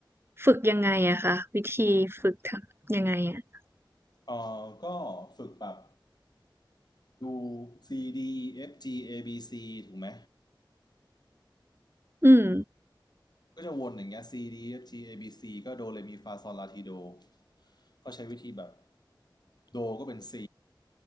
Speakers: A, on the right; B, on the left.
A: ฝึกยังไงอะคะวิธีฝึกทำยังไงอะ
B: เออก็ฝึกแบบดู C D E F G A B C ถูกไหม
A: อืม
B: ก็จะวนอย่างเงี้ย C D E F G A B C ก็โดเรมีฟาซอลลาทีโดก็ใช้วิธีแบบโดก็เป็น C